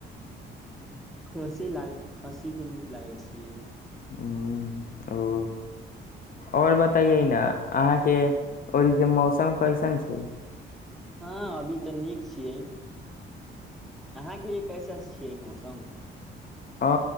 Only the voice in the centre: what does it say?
खस्सी लाग खस्सी के मीट लागै छी
हँ अभी तऽ नीक छियै अहाँके लिए कैसे छियै मौसम अछै